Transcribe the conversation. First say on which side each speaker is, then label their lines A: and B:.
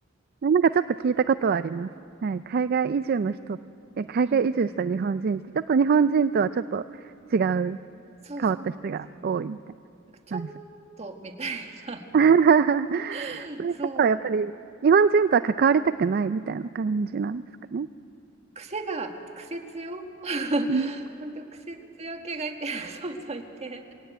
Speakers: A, on the right; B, on the right.
A: なんかちょっと聞いたことはあります。はい。海外移住の人、え、海外移住した日本人って、
B: うんうん。
A: ちょっと日本人とはちょっと違う、
B: そうそうなんですよ。
A: 変わった人が多いみたい
B: なんかちょっ
A: な話。
B: とみたいな
A: <laughs>
B: <laughs>
A: そういう方はやっぱり日本人とは関わりたくないみたいな感じなんですかね。
B: そう癖が癖強 <laughs>
A: うん、
B: 本当癖強系がいて <laughs> そうそういて